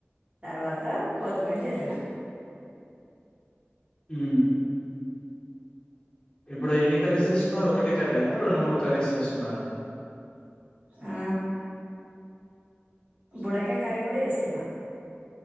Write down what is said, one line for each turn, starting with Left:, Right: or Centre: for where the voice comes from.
Right: తర్వాత కొత్తిమీద జల్ళిన
Left: హ ఇప్పుడు ఎన్ని కరేజ్
Right: మ్,
Left: చేస్తున్నారు ఒకటి క్క్రయా రెండు మూడు క రీస్ చేస్తున్నాడా
Right: ఆ బుడకాయ కర్రీ కూడా వేస్తున్నా